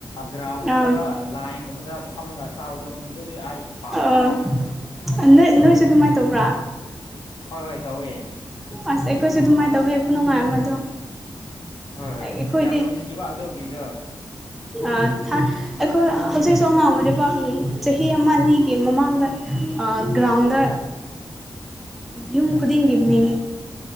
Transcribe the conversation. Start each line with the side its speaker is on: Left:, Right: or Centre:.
Left: ꯒ꯭ꯔꯥꯎꯟꯒꯨꯝꯕꯗꯒ
Centre: ꯑꯥ
Left: ꯂꯥꯏꯟꯒꯨꯝꯕꯗ ꯐꯝꯂꯒ ꯆꯥꯕꯗꯣꯨꯗꯤ ꯑꯩ ꯄꯥꯝꯕꯀꯣ
Centre: ꯑ ꯅꯣꯏ
Left: ꯑꯗꯣ
Centre: ꯅꯣꯏꯁꯨ ꯑꯗꯨꯃꯥꯏꯅ ꯇꯧꯕ꯭ꯔꯥ
Left: ꯍꯣꯏ ꯍꯣꯏ ꯇꯧꯋꯦ
Centre: ꯑꯁ ꯑꯩꯈꯣꯏꯁꯨ ꯑꯗꯨꯃꯥꯏꯅ ꯇꯧꯋꯤ ꯍꯄ ꯅꯨꯡꯉꯥꯏꯝꯕꯗꯣ
Left: ꯍꯣꯏ ꯍꯣꯏ
Centre: ꯑꯩꯈꯣꯏꯗꯤ
Left: ꯌꯥꯝ ꯅꯨꯡꯁꯤꯕ
Centre: ꯎꯝ
Left: ꯑꯗꯨꯒꯤꯗꯣ
Centre: ꯑꯩꯈꯣꯏ ꯍꯧꯖꯤꯛ ꯍꯧꯁꯨ ꯑꯉꯥꯡ ꯑꯣꯏꯔꯤꯕ ꯆꯍꯤ ꯑꯃ ꯑꯅꯤꯒꯤ ꯃꯃꯥꯡꯗ ꯒ꯭ꯔꯥꯎꯟꯗ ꯌꯨꯝ ꯈꯨꯗꯤꯡꯒꯤ ꯃꯤꯡ